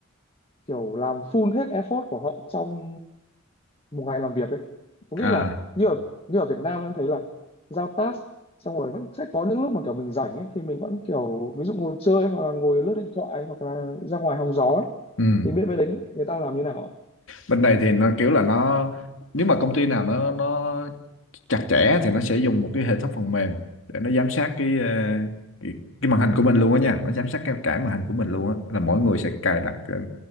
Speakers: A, on the left (about 25°); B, on the left (about 65°).
A: kiểu làm full hết effort của họ trong một ngày làm việc ấy có nghĩa
B: à
A: là như ở, như ở Việt Nam em thấy là giao task xong rồi vẫn sẽ có những lúc mà kiểu mình rảnh ấy thì mình vẫn kiểu ví dụ ngồi chơi hoặc là ngồi lướt điện thoại hoặc là ra ngoài hóng gió ấy.
B: ừ.
A: thì biết bên đấy người ta làm như nào ạ?
B: bên đây thì nó kiểu là nó nếu mà công ty nào nó nó chặt chẽ thì nó sẽ dùng một cái hệ thống phần mềm để nó giám sát cái ờ, cái, cái màn hình của mình luôn á nha nó giám sát cái cả màn hình của mình luôn á là mỗi người sẽ cài đặt cái